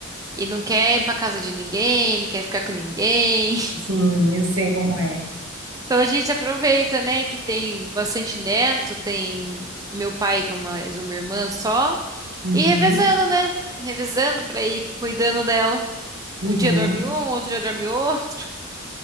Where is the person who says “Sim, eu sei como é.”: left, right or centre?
Right